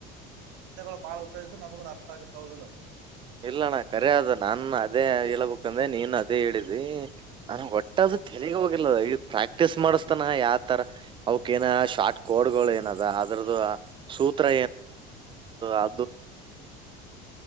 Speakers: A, on the right (about 75°); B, on the right (about 25°).
A: ಗಳು ಬಾಳ ಉಪಯೋಗಿಸಿರ ನಮಗುಣು ಅರ್ಥ ಆಗುತೇತಿ ಹೌದ ಇಲೊ
B: ಇಲ್ಲಣ್ಣ ಕರೆ ಅದ ನಾನ ಅದೇ ಹೇಳೇಬೇಕಂದ್ರೆ ನೀನ ಅದೇ ಹೇಳಿದಿ ನನಗ ವಟ್ಟ ಅದು ತೆಲಿಗೆ ಹೋಗಿಲ್ಲ ಈಗ ಪ್ರಾಕ್ಟೀಸ್ ಮಾಡಿಸ್ತಾನ ಯಾತರಾ ಅವಕ ಏನ ಶಾರ್ಟ್ ಕೋಡ್ಗಳು ಏನದ ಅದ್ರದೂ ಸೂತ್ರ ಆ